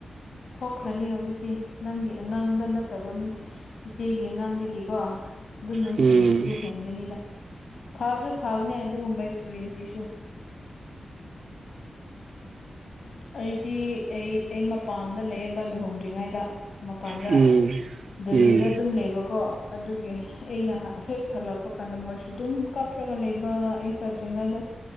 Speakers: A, on the left; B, on the right.
A: ꯊꯣꯛꯈ꯭ꯔꯅꯤ ꯍꯧꯖꯤꯛꯇꯤ ꯅꯪꯒꯤ ꯑꯉꯥꯡꯗ ꯅꯠꯇꯕ ꯃꯤ ꯏꯆꯦꯒꯤ ꯑꯉꯥꯡꯗꯒꯤꯀꯣ ꯑꯗꯨꯝ ꯅꯨꯡꯁꯤꯕꯁꯨ
B: ꯎꯝ
A: ꯍꯦꯟꯒꯅꯤꯗ ꯐꯕꯁꯨ ꯐꯕꯅꯦ ꯑꯗꯨꯒꯨꯝꯕ ꯑꯦꯛꯁꯄꯤꯔꯦꯟꯁꯁꯤꯁꯨ ꯑꯩꯗꯤ ꯑꯩ ꯑꯩ ꯃꯄꯥꯟꯗ ꯂꯩꯌꯦꯕ ꯂꯨꯍꯣꯡꯗ꯭ꯔꯤꯉꯩꯗ ꯃꯄꯥꯟꯗ
B: ꯎꯝ
A: ꯗꯦꯜꯂꯤꯗ
B: ꯎꯝ
A: ꯑꯗꯨꯝ ꯂꯩꯕꯀꯣ ꯑꯗꯨꯒꯤ ꯑꯩꯅ ꯍ ꯍꯦꯛ ꯍꯜꯂꯛꯄ ꯀꯥꯟꯗ ꯃꯣꯏꯁꯨ ꯑꯗꯨꯝ ꯀꯥꯞꯔꯒ ꯂꯩꯕ ꯑꯩ ꯆꯥꯗ꯭ꯔꯤꯉꯩꯗ